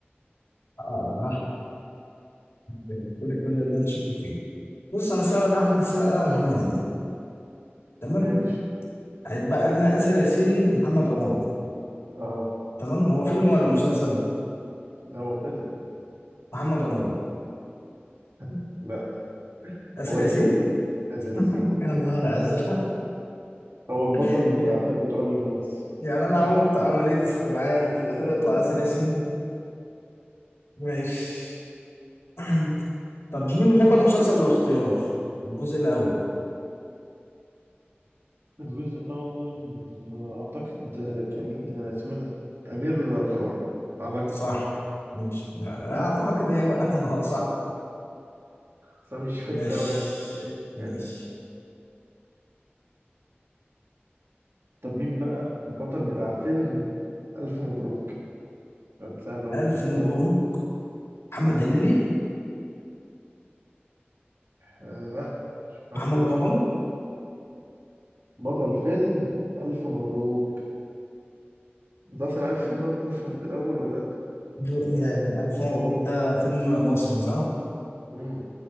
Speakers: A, on the left; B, on the right.
A: آه. بالتالي كل اللي انا شاكك فيه بص انا استبعد احمد السقا ومحمد هنيدي تمام
B: ماشي
A: هيتبقى لنا اسر ياسين ومحمد رمضان
B: اه
A: تمام هو فيلم ولا مسلسل
B: لا، هو فيلم
A: محمد رمضان
B: <laughs> لا
A: اسر
B: هو
A: ياسين
B: آسر ياسين
A: <laughs>
B: آسر ياسين
A: يا نهار ازرق
B: هو البطل
A: <laughs>
B: بتاع
A: يا-
B: فيلم تراب الماس
A: يعني انا عملت
B: <laughs>
A: عمليه استبعاد وفي الاخير يطلع
B: مم.
A: اسر ياسين ماشي <clears throat> طب مين بطل مسلسل الاختيار الجزء الاول
B: الجزء الأول أعتقد كمي آه، اسمه إيه ده أمير كرارة أعتقد
A: صح ماشي لا
B: مم.
A: اعطاها كده ايه بقى <laughs> هو صح
B: بس أنا مش فاكر
A: ماشي
B: أوي يعني إيش.
A: ماشي
B: حلو طب مين بقى البطل بتاع فيلم ألف مبروك كان سهل هو
A: الف
B: في المتناول
A: مبروك محمد
B: مم.
A: هنيدي
B: آه لا محمد
A: محمد
B: المسلسل
A: رمضان
B: بطل فيلم ألف مبروك أنت أصلا عارف فيلم ألف مبروك الأول ولا لأ؟
A: جو- يعني ألف مبروك ده فيلم مصري صح؟
B: مم.